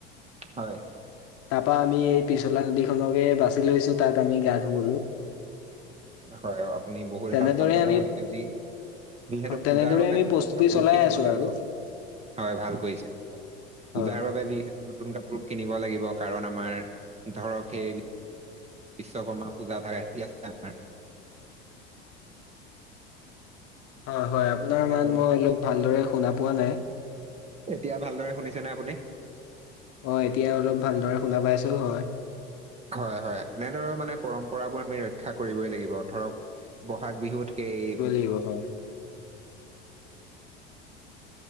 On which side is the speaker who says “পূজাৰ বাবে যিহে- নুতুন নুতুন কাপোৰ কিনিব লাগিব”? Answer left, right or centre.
Right